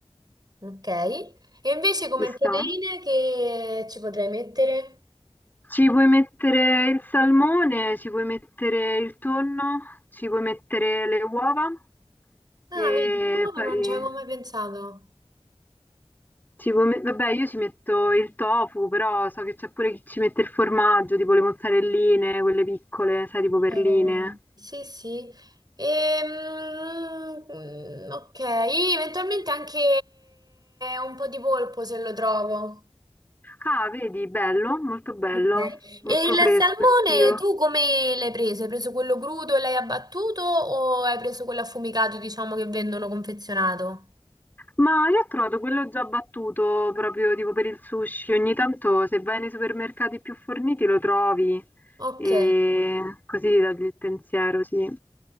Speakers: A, on the right; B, on the left.
A: Ok. E invece come
B: ci sta.
A: proteine che ci potrei mettere?
B: Ci puoi mettere il salmone, ci puoi mettere il tonno, ci puoi mettere le uova
A: Ah,
B: e
A: vedi, l'uovo
B: poi
A: non ci avevo mai pensato.
B: ci puoi met- vabbè, io ci metto il tofu, però so che c'è pure chi ci mette il formaggio, tipo le mozzarelline, quelle piccole, sai,
A: Ok.
B: tipo perline.
A: Sì, sì. Ehm, mm, ok, eventualmente anche un po' di polpo se lo trovo.
B: Ah, vedi, bello, molto bello,
A: Ok.
B: molto
A: E il
B: fresco,
A: salmone
B: estivo.
A: tu come l'hai preso? Hai preso quello crudo e l'hai abbattuto o hai preso quello affumicato, diciamo, che vendono confezionato?
B: Ma io ho trovato quello già battuto proprio tipo per il sushi. Ogni tanto se vai nei supermercati più forniti lo trovi
A: Ok,
B: e così ti togli il pensiero, sì.